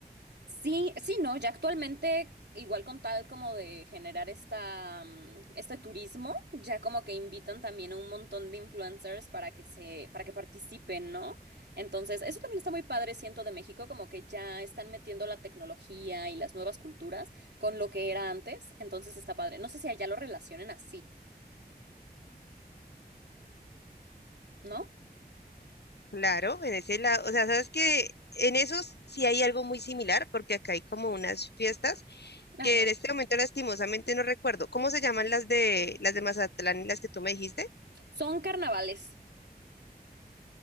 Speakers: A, on the right; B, on the left.
A: Sí, sí, no, ya actualmente, igual con tal como de generar esta, mm, este turismo, ya como que invitan también a un montón de influencers para que se, para que participen, ¿no? Entonces, eso también está muy padre, siento, de México, como que ya están metiendo la tecnología y las nuevas culturas con lo que era antes, entonces está padre. No sé si allá lo relacionen así, ¿no?
B: Claro, en ese lado, o sea, sabes que en esos sí hay algo muy similar, porque acá hay como unas fiestas
A: Ajá.
B: que en este momento lastimosamente no recuerdo. ¿Cómo se llaman las de las de Mazatlán y las que tú me dijiste?
A: Son carnavales.